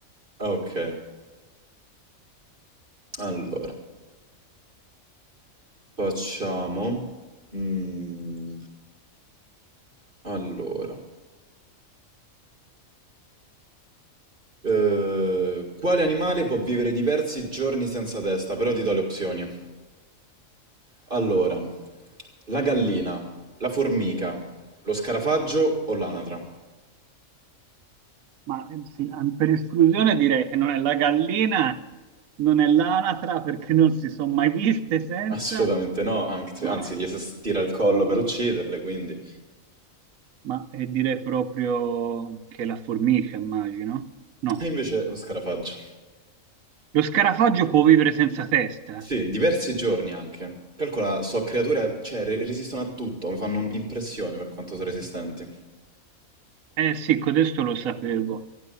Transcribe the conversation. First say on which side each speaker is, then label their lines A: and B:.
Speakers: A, on the right; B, on the right.
A: Ah, Ok, allora facciamo. mm, allora, Eh, quale animale può vivere diversi giorni senza testa? Però ti do le opzioni. Allora, la gallina, la formica, lo scarafaggio o l'anatra?
B: Ma eh, sì, an- per esclusione direi che non è la gallina, non è l'anatra, perché non si sono mai viste senza,
A: Assolutamente no, anche-
B: ma,
A: anzi, gli si stira il collo per ucciderle, quindi.
B: ma, eh, direi proprio che la formica, immagino. No.
A: E invece lo scarafaggio.
B: Lo scarafaggio può vivere senza testa?
A: Sì, diversi giorni anche. Calcola, so creature, cioè, re- resistono a tutto, mi fanno impressione per quanto sono resistenti.
B: Eh sì, codesto lo sapevo,